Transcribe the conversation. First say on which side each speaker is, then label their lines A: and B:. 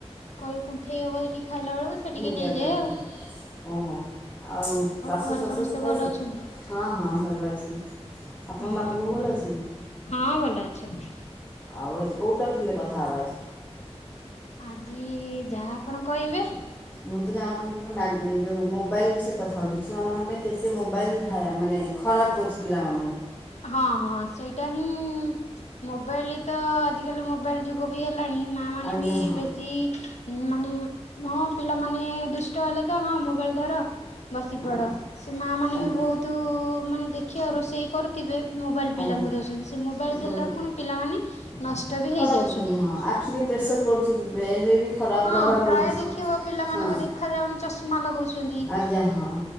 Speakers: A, on the left; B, on the left.
A: କହିବ କୁଥେଁଇ ହେବ ଯଦି। ଖାଇଲାବେଳକୁ ସେ ଟିକେ
B: ଜଗନ୍ନାଥ
A: ନେଇଯାଏ ଆଉ।
B: ଓହୋ। ଆଉ ଶାଶୁ
A: ଘରେ
B: ଶଶୁର
A: ସମସ୍ତେ
B: ସବୁ ଖାଇସାରିଲେଇ,
A: ଭଲ ଅଛନ୍ତି?
B: ହଁ ହଁ ଭଲ ଅଛନ୍ତି। ଆପଣଙ୍କ
A: ହୁଁ
B: ବାପା ବୋଉ ଭଲ ଅଛନ୍ତି
A: ହଁ ଭଲ ଅଛନ୍ତି।
B: ଆଉ ଆଜି କୋଉ ଟପିକରେ କଥା ହବା ଆଜି?
A: ଆଜି ଯାହା ଆପଣ କହିବେ।
B: ମୁଁ ତ <unintelligible> ଯୋଉ ମୋବାଇଲ ବିଷୟରେ କଥା ହଉଥିଲ ଛୁଆ ମାନଙ୍କ ପାଇଁ କେତେ ମୋବାଇଲ ହା ମାନେ ଖରାପ କରୁଛି ପିଲାମାନଙ୍କୁ।
A: ହଁ ହଁ ସେଇଟା ହିଁ ମୋବାଇଲ ତ ଆଜିକାଲି ମୋବାଇଲ ଯୁଗ ବି ହେଲାଣି ମା ମାନେ
B: ଆଜ୍ଞା
A: ବି
B: ହଁ
A: ବେଶୀ ମାନେ ମୋ ପିଲାମାନେ ଦୁଷ୍ଟ ହେଲେ ତ ହଁ ମୋବାଇଲ ଧର ବସି
B: ହଁ
A: ପଡ ସେ ମା ମାନେ
B: ଆଜ୍ଞା
A: ବି ବହୁତ ମାନେ ଦେଖିବ ରୋଷେଇ କରୁଥିବେ ମୋବାଇଲ ପିଲାଙ୍କୁ
B: ଆଜ୍ଞା
A: ଦଉଛନ୍ତି, ସେ ମୋବାଇଲ ଦେଲା
B: ହେଉଛନ୍ତି
A: ଖୁନୁ ପିଲାମାନେ ନଷ୍ଟ ବି
B: ଖରାପ
A: ହେଇଯାଉଛନ୍ତି।
B: ହେଉଛନ୍ତି ହଁ ଆଖି ବି ପ୍ରେସର ପଡୁଛି ବ୍ରେନରେ ଭି ଖରାପ
A: ହଁ
B: ପ୍ରଭାବ
A: ପ୍ରାୟ
B: ପଡ଼ୁଚି
A: ଦେଖିବ ପିଲାମାନଙ୍କୁ
B: ହଁ।
A: ଦେଖା ଯାଉନି ଚଷମା ଲଗଉଛନ୍ତି।
B: ଆଜ୍ଞା ହଁ